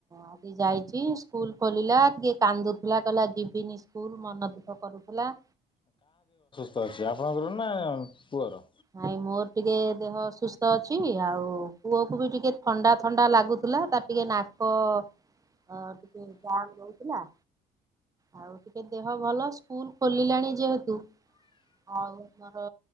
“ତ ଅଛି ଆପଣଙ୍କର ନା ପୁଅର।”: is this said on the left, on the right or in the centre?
Left